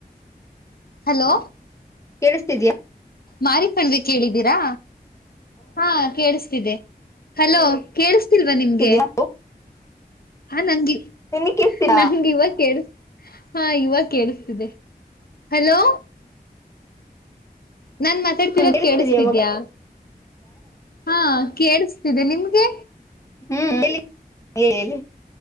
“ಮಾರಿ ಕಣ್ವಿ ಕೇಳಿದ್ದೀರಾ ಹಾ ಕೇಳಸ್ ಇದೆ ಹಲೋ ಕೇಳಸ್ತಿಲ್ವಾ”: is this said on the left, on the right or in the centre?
Left